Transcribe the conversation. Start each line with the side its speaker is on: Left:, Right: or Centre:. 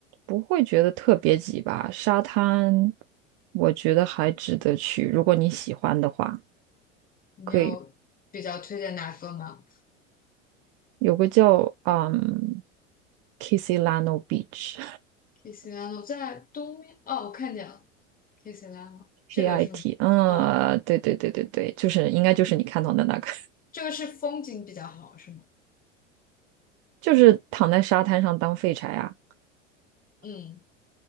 Right: 不会觉得特别挤吧。沙滩，我觉得还值得去，如果你喜欢的话，
Left: 你有比较推荐哪个吗
Right: 可以有个叫嗯 Kissilano Beach。
Left: k i s i l a n o 在东面，哦，我看见了 k i s i l a n o
Right: K
Left: 这个是吗？
Right: I T，嗯，
Left: 嗯，
Right: 对对对对对，就是应该就是你看到的那个，
Left: 这个是风景比较好是吗？
Right: 就是躺在沙滩上当废柴啊。
Left: 嗯